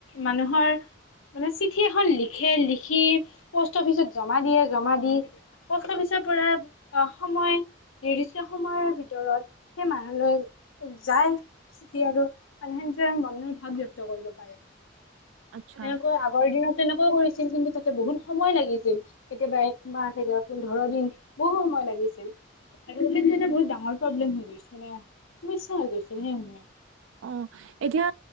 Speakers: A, on the left (about 90°); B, on the right (about 75°).
A: মানুহৰ মানে চিঠি এখন লিখে লিখি প'ষ্ট অফিচত জমা দিয়ে, জমা দি প'ষ্ট অফিচৰ পৰা সময় নিৰ্দিষ্ট সময়ৰ ভিতৰত সেই মানুহলৈ যায় চিঠি আৰু মানুহে নিজৰ মনৰ ভাৱ ব্যক্ত কৰিব পাৰে।
B: আচ্ছা
A: তেনেকৈ আগৰ দিনত তেনেকৈয়ে কৰিছিল কিন্তু তাতে বহুত সময় লাগিছিল। কেতিয়াবা একমাহ কেতিয়াবা পোন্ধৰ দিন বহু সময় লাগিছিল। আৰু সেইটো এটা বহুত ডাঙৰ প্ৰব্লেম হৈ গৈছে মানে সমস্যা হৈ গৈছিল সেই সময়ত।
B: অ, এতিয়া